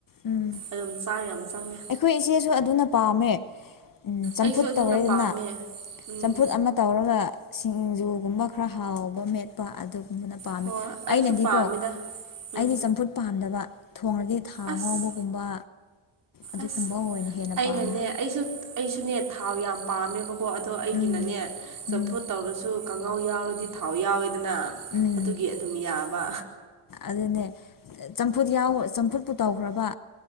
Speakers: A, on the left (about 45°); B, on the right (about 40°).
A: ꯎꯝ
B: ꯑꯗꯨꯝ ꯆꯥꯛ ꯌꯥꯝ ꯆꯪꯉꯦ꯫
A: ꯑꯩꯈꯣꯏ ꯏꯆꯦꯁꯨ ꯑꯗꯨꯅ ꯄꯥꯝꯃꯦ ꯆꯝꯐꯨꯠ
B: ꯑꯩꯁꯨ ꯑꯗꯨꯅ
A: ꯇꯧꯔꯦꯗꯅ
B: ꯄꯥꯝꯃꯦ ꯎꯝ
A: ꯆꯝꯐꯨꯠ ꯑꯃ꯫ ꯇꯧꯔꯒ ꯁꯤꯡꯖꯨꯒꯨꯝꯕ ꯈꯔ ꯍꯥꯎꯕ ꯃꯦꯠꯄ ꯑꯗꯨꯒꯨꯝꯕꯅ꯫ ꯄꯥꯝꯃꯦ
B: ꯍꯣꯏ ꯑꯩꯁꯨ
A: ꯑꯩꯅꯗꯤꯀꯣ
B: ꯄꯥꯝꯃꯤꯗ ꯎꯝ
A: ꯑꯩꯗꯤ ꯆꯝꯐꯨꯠ ꯄꯥꯝꯗꯕ꯫ ꯊꯣꯡꯉꯗꯤ ꯊꯥꯎ
B: ꯑꯁ
A: ꯉꯧꯕꯒꯨꯝꯕ꯫ ꯑꯗꯨꯒꯨꯝꯕ
B: ꯑꯁ
A: ꯑꯣꯏꯅ ꯍꯦꯟꯅ
B: ꯑꯩꯅꯅꯦ
A: ꯄꯥꯝꯃꯦ
B: ꯑꯩꯁꯨ꯫ ꯑꯩꯁꯨꯅꯦ ꯊꯥꯎ ꯌꯥꯝ ꯄꯥꯝꯃꯦꯕꯀꯣ ꯑꯗꯣ ꯑꯩꯒꯤꯅꯅꯦ
A: ꯎꯝ
B: ꯆꯝꯐꯨꯠ
A: ꯎꯝ
B: ꯇꯧꯔꯁꯨ꯫ ꯀꯥꯡꯉꯥꯎ ꯌꯥꯎꯔꯗꯤ ꯊꯥꯎ ꯌꯥꯎꯋꯦꯗꯅ
A: ꯎꯝ
B: ꯑꯗꯨꯒꯤ ꯑꯗꯨꯝ ꯌꯥꯕ꯫
A: ꯑꯗꯨꯅꯦ ꯆꯝꯐꯨꯠ ꯌꯎ ꯆꯝꯐꯨꯠꯄꯨ ꯇꯧꯈ꯭ꯔꯕ꯫